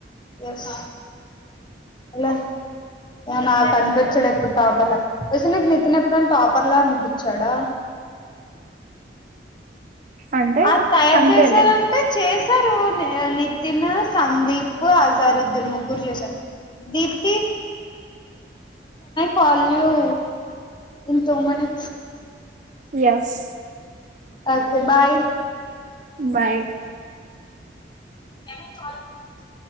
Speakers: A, on the left; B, on the right.
A: ఏస్ అలా నా కనిపెట్ అప్పుడప్పుడ్ టాపర్లా ఓస్ నీకు నితిన్ ఎప్పుడై టాపర్ లా అనిపి చడా
B: అంటే
A: ఆ తయారు
B: కంతేలే
A: చేసారంటే చేసారు ని నిన్న సందీప్ అజారుద్దీన్ ముగ్గురు చేశారు దీప్తి పలివు నేను తొమనే
B: ఎస్
A: ఓకే బాయ్
B: బాయ్
A: ఎ <unintelligible>